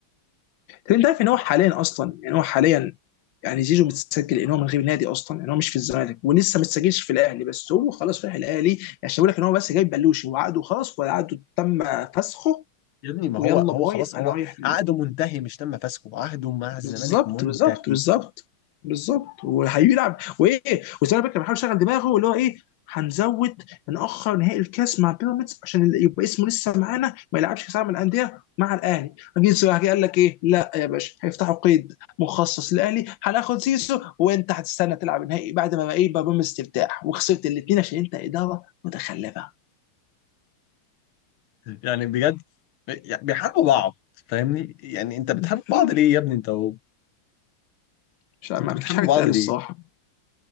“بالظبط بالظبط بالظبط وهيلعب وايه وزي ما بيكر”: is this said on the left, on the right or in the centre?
Left